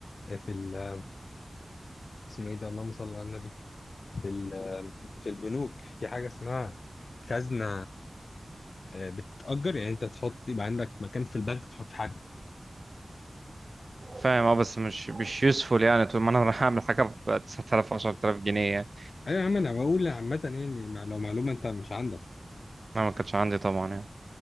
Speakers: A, on the left; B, on the right.
A: آه، في ال اسمه ايه ده اللهم صل على النبي في ال... في البنوك في حاجة اسمها خزنة آه، بتتأجر يعني انت تحط يبقى عندك مكان في البنك تحط حاجة
B: فاهم اه بس مش مش يوسفول يعني طول ما انا <laughs> رايح اعمل حاجه ب 9000 10000 جنيه يعني
A: ايوه يا عم انا بقول عامة يعني مع- لو معلومة انت مش عندك
B: ما ما كانش عندي طبعا يعني